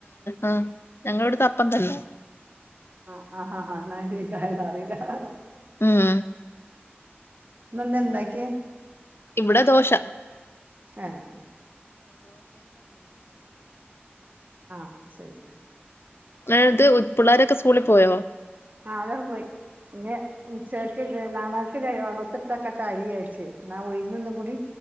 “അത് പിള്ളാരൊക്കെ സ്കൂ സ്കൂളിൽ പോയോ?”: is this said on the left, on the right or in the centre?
Left